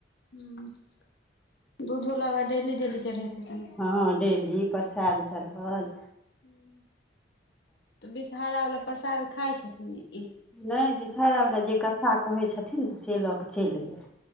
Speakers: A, on the left; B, in the centre.
A: हु <inaudible> दूधो लाबा डेली डेली चढ़ैत हेतेन
B: हँ डेली प्रसाद चड़हल
A: <inaudible> तऽ बिषहरा वला प्रसाद खाय छथिन इ
B: नै विषरा वला जे कथा कहै छथिन से लऽ कऽ चैल गेल